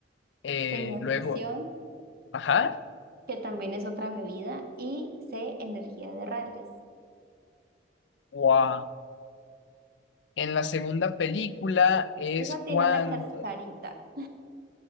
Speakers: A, on the left; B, on the right.
A: Eh,
B: Señor
A: luego,
B: Fusión,
A: ajá,
B: que también es otra bebida, y C, Energía de Rayos.
A: wow. En la segunda película es
B: Esa
A: cuando...
B: tiene una cascarita.